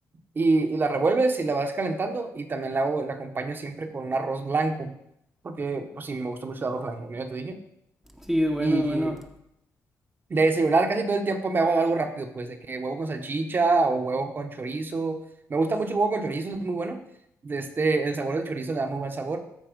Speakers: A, on the right; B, in the centre.
A: y, y la revuelves y la vas calentando y también la, hago- la acompaño siempre con un arroz blanco, porque pues sí, me gusta mucho el arroz blanco, ¿no? ya te
B: sí, es bueno,
A: dije.
B: es bueno.
A: De desayunar casi todo el tiempo me hago algo rápido, pues de que huevo con salchicha o huevo con chorizo. Me gusta mucho el huevo con chorizo, es muy bueno. De este, el sabor del chorizo le da muy buen sabor.